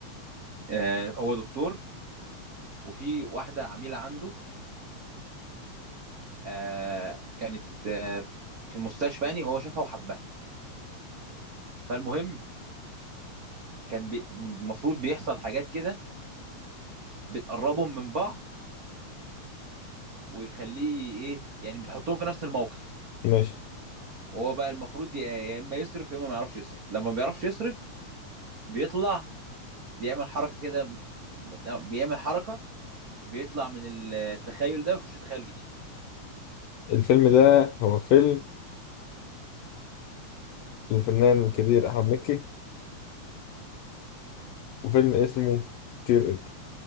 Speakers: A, on the right; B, on the left.
A: آه هو دكتور وفي واحده عميله عنده آه كانت آه في المستشفى يعني هو شافها وحبها فالمهم كان بي- المفروض بيحصل حاجات كده بتقربهم من بعض ويخليه ايه يعني بتحطهم في نفس الموقف
B: ماشي
A: وهو بقى المفروض يا يا اما يصرف يا اما ما يعرفش يصرف لما ما بيعرفش يصرف بيطلع بيعمل حركه كده لا، بيعمل حركه بيطلع من التخيل ده ويخش تخيل جديد
B: الفيلم ده هو فيلم الفنان الكبير أحمد مكي وفيلم اسمه طير أنت